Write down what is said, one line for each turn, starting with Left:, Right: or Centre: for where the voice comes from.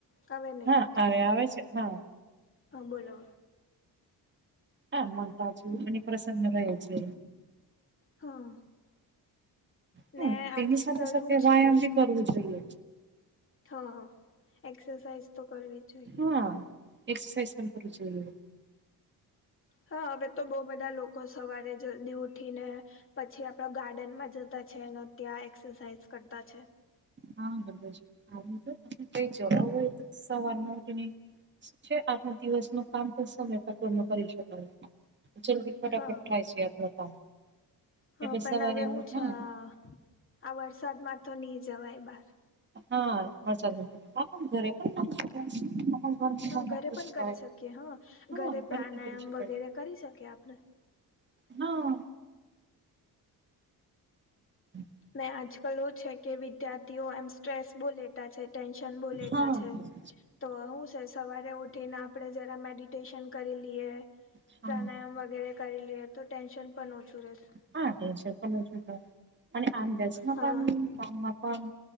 Left: હવે નહી
Right: હા
Left: આવતું,
Right: આવે આવે છે હા
Left: હા બોલો.
Right: હા મનતા છે અને પ્રસન્ન રહ્યા છે.
Left: હા,
Right: હા
Left: ને
Right: તેની
Left: આજ
Right: સાથે
Left: કાલ
Right: સાથે
Left: હું
Right: વ્યાયામ
Left: છે.
Right: બી કરવું જ જોઈએ.
Left: હા, એક્સરસાાઈઝ તો કરવી જ જોઈએ.
Right: હા એક્સરસાઇઝ કરવી જોઈએ.
Left: હા હવે તો બહુ બધા લોકો સવારે જલ્દી ઉઠીને પછી આપણા ગાર્ડનમાં જતા છે ત્યાં એક્સરસાઇઝ કરતા છે.
Right: હા બરાબરજી આવ <unintelligible> તો કઈ જવાબ સવાર ના ઉઠી ને શું છે આપણા દિવસ નું કામ તો સમય કટોર ન કરી શકાય. જલ્દી ફટાફટ
Left: હા
Right: થાય છે આપણુ કામ.
Left: હ
Right: એટલે
Left: પણ
Right: સવારે
Left: હવે
Right: એવું
Left: હું છે
Right: થાય
Left: આ, વરસાદમાં તો નહી જવાય બાર.
Right: હા વરસાદમા ઘરે પણ ઘરમાં
Left: હા
Right: કામ
Left: ઘરે પણ
Right: શકાય
Left: કરી શકીએ હા,
Right: હા
Left: ઘરે પ્રાણાયામ
Right: પણ કરી શકાય
Left: વગેરે કરી શકીએ આપણે.
Right: હા <unintelligible>
Left: ને આજકાલ એવુ છે કે વિદ્યાર્થીઓ એમ સ્ટ્રેસ બો લે તા છે ટેન્શન બો લતા
Right: હા
Left: છે
Right: બસ
Left: તો હું છે સવારે ઉઠીને આપણે જરા મેડિટેશન કરી લઈએ
Right: હા
Left: પ્રાણાયામ વગેરે કરી લેએ તો ટેન્શન પણ ઓછું રહેશે
Right: હા ટેનસન પણ ઓછું થાય અને આમ ગેસ માં
Left: હા
Right: પણ કામમાં પણ